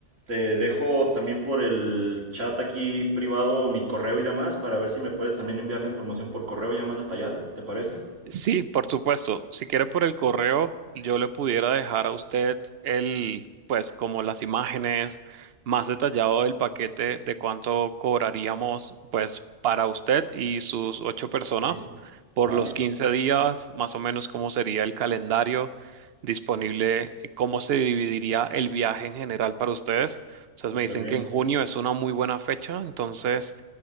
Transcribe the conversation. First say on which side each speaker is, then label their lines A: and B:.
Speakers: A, on the right; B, on the right.
A: te dejo también por el chat aquí privado mi correo y demás para ver si me puedes también enviar la información por correo ya más detallada, ¿te parece?
B: Sí, por supuesto. Si quiere por el correo, yo le pudiera dejar a usted el, pues como las imágenes más detallado del paquete de cuánto cobraríamos, pues para usted y sus ocho personas
A: Ok,
B: por
A: vale,
B: los 15 días, más o menos cómo sería el calendario disponible, eh, cómo se dividiría el viaje en general para ustedes. Ustedes
A: súper
B: me dicen
A: bien.
B: que en junio es una muy buena fecha, entonces